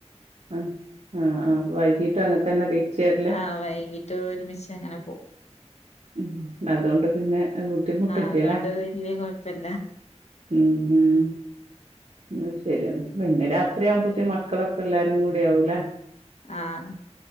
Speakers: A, on the right (about 60°); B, on the left (about 65°).
A: ആഹ് ആഹ് വൈകീട്ട് അങ്ങനത്തന്നെ തിരിച്ച് വരല്
B: ആഹ് വൈകീ ട്ട് ഒരുമിച്ചങ്ങനെ പോകും
A: ഉം അതൊണ്ട് പിന്നെ ബുദ്ധിമുട്ടില്ലല്ലേ
B: ആഹ് അതോണ്ട് വല്യ കുഴപ്പല്ല
A: ഉം ഉം ഉം ശരി പിന്നെ രാത്രിയാവുമ്പത്തേ മക്കളൊക്കെ എല്ലാരും കൂടിയാവൂലെ
B: ആഹ്